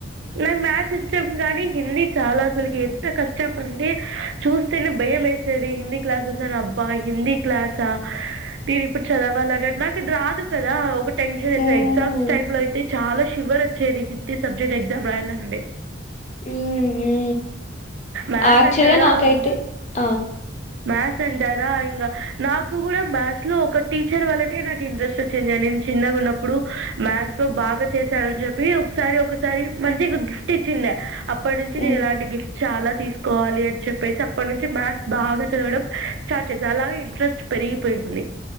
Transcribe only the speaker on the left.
మ్మ్
ఊ ఊ
యాక్చువల్
గా నాకైతే అ
మ్మ్